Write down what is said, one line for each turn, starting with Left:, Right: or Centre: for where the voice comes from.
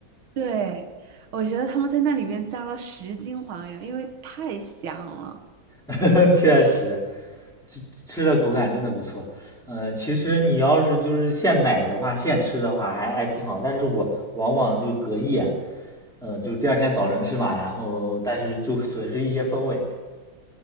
Right: 对，我觉得他们在那里面加了十斤黄油，因为太香了。
Centre: <laughs> 确实，吃吃的口感真的不错。嗯，其实你要是就是现买的话，现吃的话还还挺好，但是我往往就是隔夜，嗯，就是第二天早晨吃嘛，然后但是就损失一些风味。